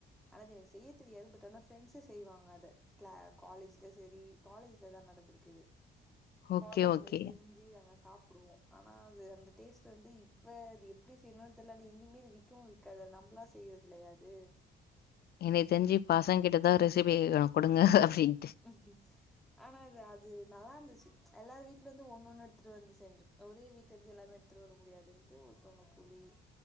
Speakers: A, in the centre; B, on the left (about 55°).
A: அதாவ்து எனக்கு செய்ய தெரியாது பட் ஆனா ஃப்ரெண்ட்ஸ்ஸு செய்வாங்க அத க்ள காலேஜ்ல சேரி காலேஜ்ல தா நடந்திருக்கு இது
B: ஓகே,
A: காலேஜ்ல
B: ஓகே.
A: செஞ்சி நாங்க சாப்டுவோ ஆனா அது அந்த டேஸ்ட் வந்து இ ப்ப அது எப்டி செய்ணுன் தெரில ஆனா எங்கயிமே அது விக்கவு விக்காது அது நம்ளா செய்றதில்லயா இது
B: எனக்கு தெரிஞ்சு பசங்க கிட்ட தா ரெசிபி கேக்கணு குடுங்க அப்டின்ட்டு
A: அஹ்ன்ச்ச் ஆனா அது அது நல்லாருந்துச்சு எல்லாரு வீட்லந்து ஒண்ணு ஒண்ணு எடுத்துட்டு வந்து செஞ்சோ ஒரே வீட்லந்து எல்லாமே எட்த்துட் வர முடியாதுன்ட்டு ஒருத்தோங்க புளி